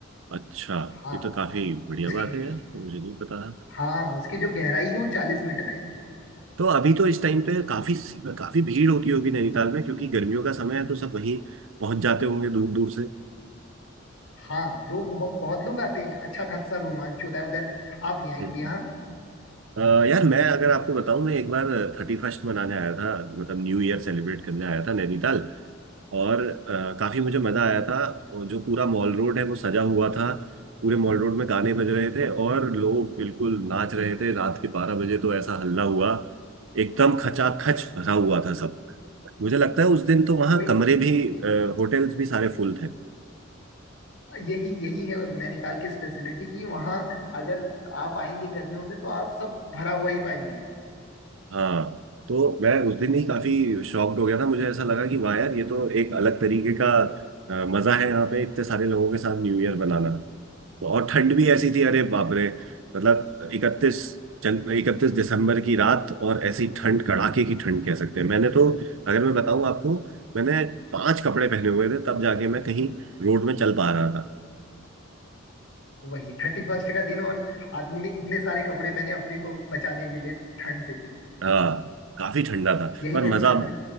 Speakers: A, on the right; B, on the left.
A: अच्छा
B: हाँ
A: ये तो काफी बढ़िया
B: उसकी
A: बात है यार तो मुझे नहीं पता था
B: हाँ उसकी जो गहराई है वो चालीस मीटर है
A: तो अभी तो इस टाइम पे काफी काफी भीड़ होती होगी नैनीताल में क्योंकि गर्मियों का समय है तो सब वहीं पहुंच जाते होंगे दूर दूर से
B: हाँ लोग बहुत बहुत लोग आते हैं अच्छा खासा रोमांच होता है उधर आप नहीं आए
A: हम्म।
B: कभी यहाँ
A: अ, यार मैं अगर आपको बताऊं मैं एक बार थर्टी फर्स्ट मनाने आया था मतलब न्यू ईयर सेलिब्रेट करने आया था नैनीताल और अ, काफी मुझे मजा आया था और जो पूरा मॉल रोड है वो सजा हुआ था पूरे मॉल रोड में गाने बज रहे थे और लोग बिल्कुल नाच रहे थे रात के बारह बजे तो ऐसा हल्ला हुआ एकदम खचाखच भरा हुआ था सब मुझे लगता है उस दिन तो वहाँ
B: वही
A: कमरे भी होटल्स भी सारे फुल थे
B: यही यही है नैनीताल की स्पेशलिटी कि वहाँ अगर आप आएंगे गर्मियों में तो आप सब भरा हुआ ही पाएंगे
A: हाँ तो मैं उस दिन ही काफी शॉक्ड हो गया था मुझे ऐसा लगा कि वाह यार ये तो एक अलग तरीके का अ, मजा है यहाँ पे इतने सारे लोगों के साथ न्यू ईयर बनाना और ठंड भी ऐसी थी अरे बाप रे मतलब इकतीस जन इकतीस दिसंबर की रात और ऐसी ठंड कड़ाके की ठंड कह सकते हैं मैंने तो अगर मैं बताऊं आपको मैंने पांच कपड़े पहने हुए थे तब जाके मैं कहीं रोड में चल पा रहा था
B: वही थर्टी फर्स्ट का दिन और आदमी ने इतने सारे कपड़े पहने अपने को बचाने के लिए ठंड से
A: हाँ काफी ठंडा था
B: यही
A: पर
B: नैनीताल
A: मजा
B: की